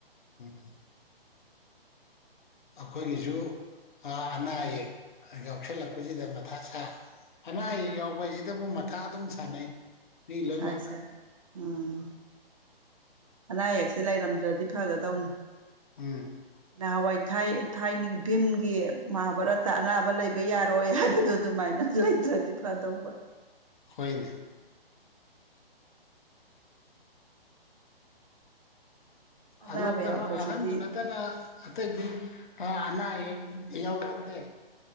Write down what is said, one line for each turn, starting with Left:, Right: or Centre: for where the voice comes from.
Left: ꯎꯝ ꯑꯩꯈꯣꯏꯒꯤꯁꯨ ꯑꯅꯥ ꯑꯌꯦꯛ ꯌꯥꯎꯁꯜꯂꯛꯄꯁꯤꯗ ꯃꯊꯥ ꯁꯥ ꯑꯅꯥ ꯑꯌꯦꯛ ꯌꯥꯎꯕꯁꯤꯗꯕꯨ ꯃꯊꯥ ꯑꯗꯨꯝ ꯁꯥꯟꯅꯩ ꯃꯤ ꯂꯣꯏꯅꯃꯛ
Right: ꯁꯥꯏ ꯁꯥꯏ ꯎꯝ ꯑꯅꯥ ꯑꯌꯦꯛ ꯁꯤ ꯂꯩꯔꯝꯗ꯭ꯔꯗꯤ ꯐꯒꯗꯧꯅꯤ
Left: ꯎꯝ
Right: ꯅꯍꯥꯟꯋꯥꯏ ꯊ ꯊꯥꯏꯅꯒꯤ ꯚꯤꯝꯒꯤ ꯃꯍꯥꯚꯥꯔꯠꯇ ꯑꯅꯥꯕ ꯂꯩꯕ ꯌꯥꯔꯣꯏ ꯍꯥꯏꯕꯗꯨ ꯑꯗꯨꯃꯥꯏꯅ ꯂꯩꯇ꯭ꯔꯗꯤ ꯐꯥꯗꯧꯕ
Left: ꯍꯣꯏꯅꯦ
Right: ꯑꯅꯥꯕ
Left: ꯑꯗꯣ
Right: ꯌꯥꯎꯕꯁꯤꯗꯤ
Left: ꯀꯩꯅꯣ ꯑꯍꯟꯗꯨ ꯅꯠꯇꯅ ꯑꯇꯩꯗꯤ ꯑꯅꯥ ꯑꯌꯦꯛ ꯌꯛ ꯏꯌꯥꯎ ꯌꯥꯎꯗꯦ